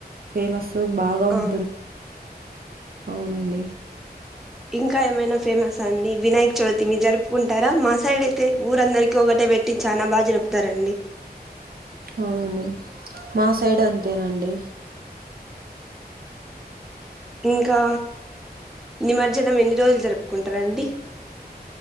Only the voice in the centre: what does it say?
ఆ
ఇంకా ఏమైనా ఫేమస్ అండి వినాయక చవితి మీ జరుపుకుంటారా మా సైడ్ అయితే ఊరందరికి ఒకటే పెట్టి చాన బాగా జరుపుతారండి.
ఇంకా. నిమజ్జనం ఎన్ని రోజులు. కుంటారండి.